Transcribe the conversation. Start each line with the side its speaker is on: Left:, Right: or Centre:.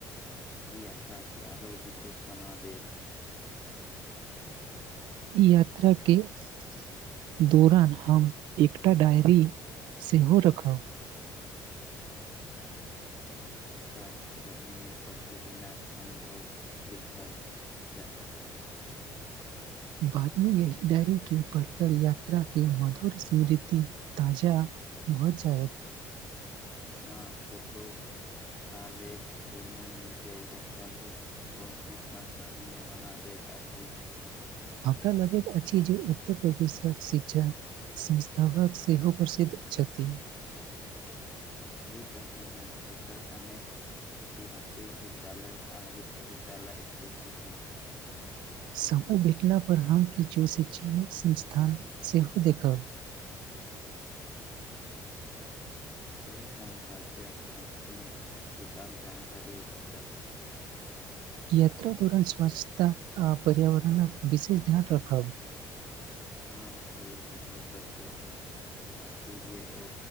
Left: ई यात्रा केँ आरो विशेष बना देत
Right: ई यात्रा केँ दौरान हम एकटा डायरी सेहो रखब
Left: बहुत उत्तम जाहिमे प्रतिदिनक अनुभव लिखल जा सकत
Right: बादमे यही डायरी के पढ़िकर यात्रा के मधुर स्मृति ताजा भऽ जायत
Left: हँ फोटो आलेख दुनू मिलके यात्रा के ओ विश्वसमरणीय बना देत त अछि। <unintelligible>
Right: हमरा लगैत अछि जे उत्तर प्रदेशक शिक्षा संस्था शत सेहो प्रसिद्ध छथि
Left: सही कहलहुँ हें एतय अनेक ऐतिहासिक विद्यालय आ विश्वविद्यालय स्थित छथि
Right: समय भेटला पर हम किछु चयनित संस्थान सेहो देखब
Left: एहि सङ्ग राज्यक शैक्षणिक विकास जानकारी भेटत
Right: याता दौरान स्वच्छता आ पर्यावरणक विशेष ध्यान रखब
Left: हँ पर्यटकक कर्तव्य अछि जे ओ